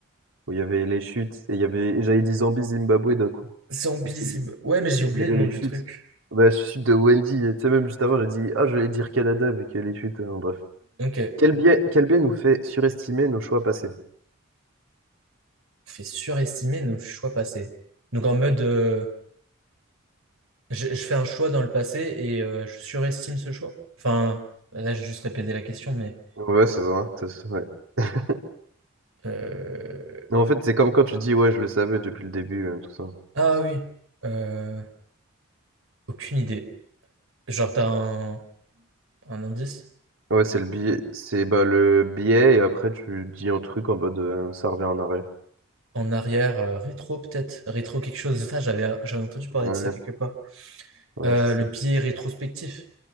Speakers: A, on the right; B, on the right.
A: Où il y avait les chutes. Et il y avait. J'avais dit Zambie, Zimbabwe d'un coup.
B: Zambizib.
A: Et c'était- et
B: Ouais, mais j'ai oublié
A: il y avait
B: le nom
A: les
B: du
A: chutes.
B: truc.
A: Bah, chute de Wendy. Tu sais, même juste avant, j'ai dit, ah, je vais dire Canada, vu qu'il y a les chutes. hein. Bref.
B: Ok. On
A: Quel biais, quel biais nous fait surestimer nos choix passés?
B: fait surestimer nos choix passés. Donc en mode. euh, Je, je fais un choix dans le passé et euh, je surestime ce choix. Enfin, là, j'ai juste répété la question, mais...
A: Ouais, c'est ça. c'est ça, ouais. <laughs>
B: euh,
A: Mais En fait, c'est comme quand tu dis, ouais, je le savais depuis le début, euh, tout ça.
B: Ah oui, euh, aucune idée. Genre, t'as un, un indice?
A: Ouais, c'est le biais, c'est bah, le biais, et après, tu dis un truc en mode, euh, ça revient en arrière.
B: En arrière, euh, rétro peut-être? Rétro quelque chose. Ça, j'avais j'avais entendu parler
A: Ouais,
B: de ça quelque part.
A: ouais,
B: Euh,
A: c'est
B: le
A: ça.
B: biais rétrospectif.